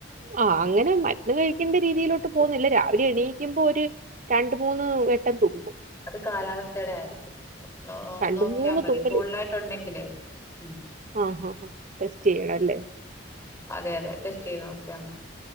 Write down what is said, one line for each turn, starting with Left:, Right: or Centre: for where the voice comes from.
Right: ആഹ് അങ്ങനെ മരുന്ന് കഴിക്കേണ്ട രീതിയിലോട്ട് പോകുന്നില്ല രാവിലെ എണീയിക്കുമ്പോ ഒരു രണ്ട് മൂന്ന് വട്ടം തുമ്മും
Left: അത് കാലാവസ്ഥയുടെ ആയിരിക്കും
Right: രണ്ട്
Left: നോക്കിയാൽ
Right: മൂന്ന്
Left: മതി
Right: തുമ്മല്
Left: കൂടുതലായിട്ട് ഉണ്ടെങ്കിലേ ഉം
Right: ആഹ് ആഹ് ടെസ്റ്റ് ചെയ്യണം അല്ലേ
Left: അതെ അതെ ടെസ്റ്റ് ചെയ്ത് നോക്കിയ